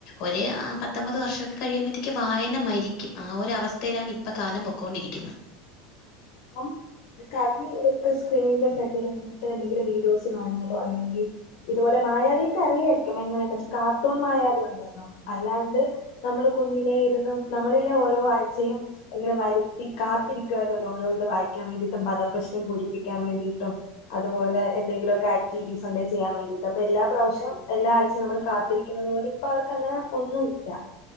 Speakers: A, on the left; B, on the left.
A: ഒരു പത്തൊമ്പത് വർഷം ഒക്കെ കഴിയുമ്പോഴത്തേക്കും വായന മരിക്കും ആ ഒരു അവസ്ഥയിലാണ് ഇപ്പൊ കാലം പൊയ്ക്കൊണ്ടിരിക്കുന്നത്
B: അപ്പം അതൊക്കെ ഇവർക്ക് സ്ക്രീനിന്റെ ഫ്രണ്ടിലിട്ട് എന്തെങ്കിലും വീഡിയോസ് കാണുന്നതോ അല്ലെങ്കിൽ ഇതുപോലെ മായാവിയൊക്കെ അറിയായിരിക്കും എങ്ങനെ മറ്റേ കാർട്ടൂൺ മായാവി ഉണ്ടെന്നോ അല്ലാണ്ട് നമ്മള് കുഞ്ഞിലെ ഇരുന്ന് നമ്മളിലെ ഓരോ ആഴ്ചയും ഇങ്ങനെ വരുത്തി കാത്തിരിക്കും രുന്നല്ലോ ഓരോ ഇത് വായിക്കൻ വേണ്ടിട്ടും പദപ്രശ്നം പൂരിപ്പിക്കാൻ വേണ്ടിയിട്ടും അതുപോലെ എന്തെങ്കിലുമൊക്കെ ആക്ടിവിറ്റീസ് ഉണ്ടേ ചെയ്യാൻ വേണ്ടിയിട്ട് അപ്പൊ എല്ലാ പ്രാവശ്യം എല്ലാ ആഴ്ചയും നമ്മള് കാത്തിരിക്കുന്നത് പോലെ ഇപ്പൊ അവർക്ക് അങ്ങനെ ഒന്നും ഇല്ല